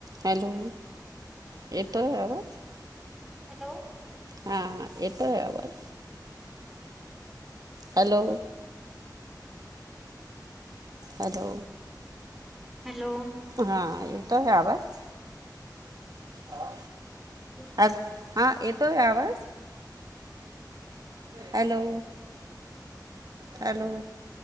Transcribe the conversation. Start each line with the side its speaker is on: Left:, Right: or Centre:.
Right: Hello, येतोय आवाज?
Centre: Hello.
Right: हा. येतोय आवाज. हॅलो. हॅलो.
Centre: हॅलो.
Right: हा येतोय आवाज. हा.
Centre: हॅलो,
Right: हा येतोय आवाज? हॅलो. हॅलो.